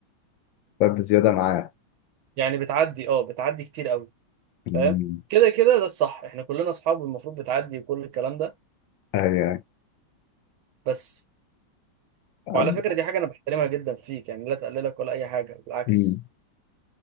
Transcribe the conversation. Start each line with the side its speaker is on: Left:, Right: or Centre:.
Left: طيب بزياده معاه
Right: يعني بتعدي اه بتعدي كتير قوي
Left: أمم،
Right: فاهم كده كده ده الصح احنا كلنا اصحاب والمفروض بتعدي وكل الكلام ده
Left: ايوه
Right: بس
Left: عد-
Right: وعلى فكره دي حاجه انا بحترمها جدا فيك يعني لا تقللك ولا اي حاجه بالعكس
Left: أمم.